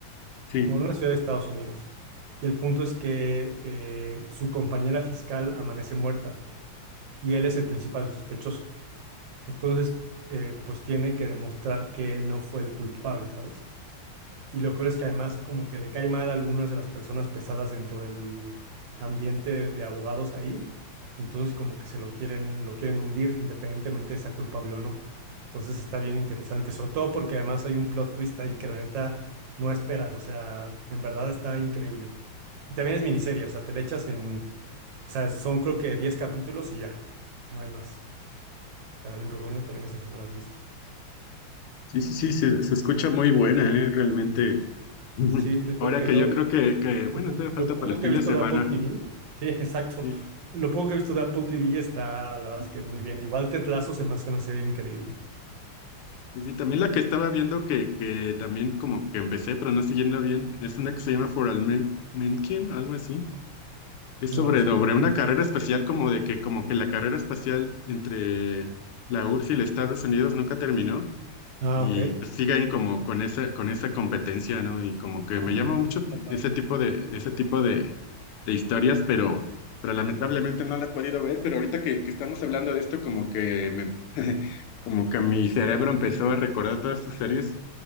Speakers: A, on the left; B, on the right.
A: sí,
B: o en una ciudad de Estados Unidos. Y el punto es que eh, su compañera fiscal amanece muerta y él es el principal sospechoso. Entonces, eh, pues tiene que demostrar que él no fue el culpable, ¿sabes? Y lo peor es que además como que le cae mal a algunas de las personas pesadas dentro del ambiente de abogados ahí. Entonces como que se lo quieren, lo quieren hundir independientemente de sea culpable o no. Entonces está bien interesante, sobre todo porque además hay un plot twist ahí que la neta no esperas. O sea, en verdad está increíble. Y también es miniserie, o sea, te le echas en, o sea, son creo que 10 capítulos y ya, no hay más. Te la recomiendo también esa si no la has visto.
A: sí, sí, sí, se, se escucha muy buena, eh, realmente. Ujú.
B: Sí, te digo
A: Ahora
B: que
A: que
B: yo
A: yo creo que, que, bueno,
B: Lo, po-
A: todavía
B: lo
A: falta
B: poco
A: para el
B: que
A: fin
B: he visto
A: de semana.
B: de Apple TV, sí, <laughs> exacto.
A: Sí,
B: Lo poco que he visto de Apple TV está, la verdad es que muy bien. Igual Tetlazo se me hace una serie increíble.
A: sí, sí, también la que estaba viendo que, que también como que empecé, pero no siguiendo bien, es una que se llama For All Men, Men Kill, algo así. Es
B: No
A: sobre,
B: lo sé.
A: sobre una carrera espacial como de que como que la carrera espacial entre la URSS y los Estados Unidos nunca terminó
B: Ah,
A: y
B: ok.
A: pues siguen como con esa con esa competencia, ¿no? Y como que
B: Ahora
A: me llama
B: le
A: mucho
B: eso está padre.
A: ese tipo de ese tipo de, de historias, pero pero lamentablemente no la he podido ver, pero ahorita que, que estamos hablando de esto como que me <laughs> como que mi cerebro empezó a recordar todas esas series.